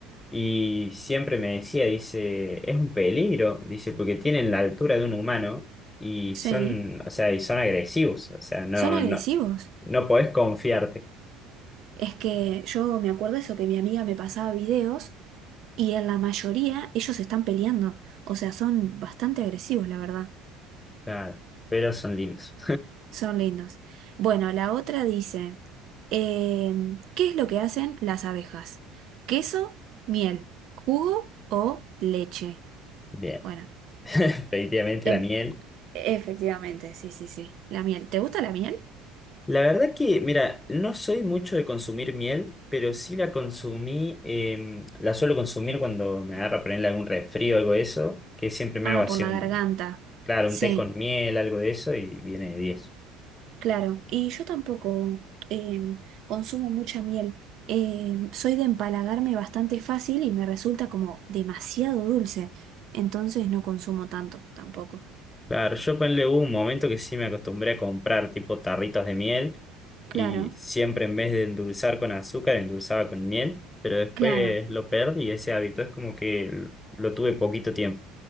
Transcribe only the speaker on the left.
y siempre me decía, dice, es un peligro, dice, porque tienen la altura de un humano y
son, o sea, y son agresivos. O sea, no,
no, no podés confiarte.
Claro, pero son lindos.
Bien,
<laughs> efectivamente
la miel.
La verdad que, mira, no soy mucho de consumir miel, pero sí la consumí, em, la suelo consumir cuando me agarra ponerle algún resfrío o algo de eso, que siempre me
hago así
un,
claro,
un té con miel, algo de eso, y viene de diez
Claro, yo ponle hubo un momento que sí me acostumbré a comprar tipo tarritos de miel,
y siempre en vez de endulzar con azúcar, endulzaba con miel, pero después
lo perdí ese hábito, es como que lo tuve poquito tiempo.